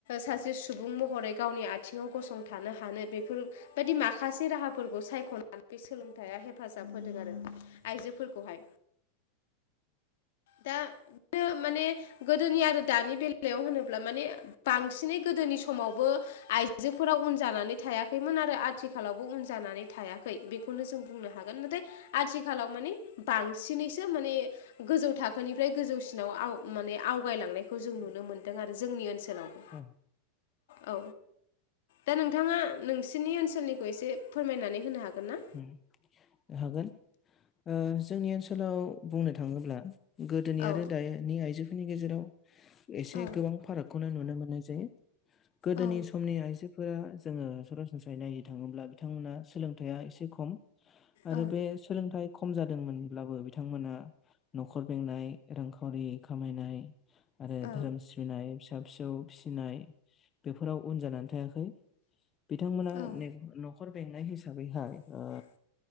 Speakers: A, on the left; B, on the left.
A: सासे सुबुं महरै गावनि आथिङाव गसंथानो हानो बेफोर बायदि माखासे राहाफोरखौ साय नानै बे सोलोंथाइया हेफाजाब होदों आरो आइजोफोरखौहाय दा बेनो माने गोदोनि आरो दानि बेलायाव होनोब्ला माने बांसिनै गोदोनि समावबो आइजोफोरा उन जानानै थायाखैमोन आरो आथिखालावबो उन जानानै थायाखै बेखौनो जों बुंनो हागोन नाथाय आथिखालाव माने बांसिनैसो माने गोजौ थाखोनिफ्राय गोजौसिनाव आव माने आवगायलांनायखौ जों नुनो मोनदों आरो जोंनि ओनसोलावबो
B: थां <unintelligible>
A: औ दा नोंथाङा नोंसिनि ओनसोलनि खौ एसे फोरमायनानै होनो हागोन ना
B: उम हागोन ओ जोंनि ओनसोलाव बुंनो थाङोब्ला गोदोनि
A: औ
B: आरो दानि आइजोफोरनि गेजेराव एसे
A: औ
B: गोबां फाराग खौ नुनो मोननाय जे गोदोनि
A: औ
B: आइजो फोर जोङो सरासनस्रायै नायनो थाङोब्ला बिथांमोना सोलोंथाइआ एसे खम आरो
A: औ
B: बे सोलोंथाइ खम जादोंमोनब्लाबो बिथांमोना न'खर बेंनाय रांखावरि खामायनाय आरो
A: औ
B: धोरोम सिबिनाय फिसा फिसौ फिसिनाय बेफोराव उन जानानै थायाखै बिथांमोना
A: औ
B: ने न'खर बेंनाय हिसाबैहाय
A: <inaudible>
B: ओ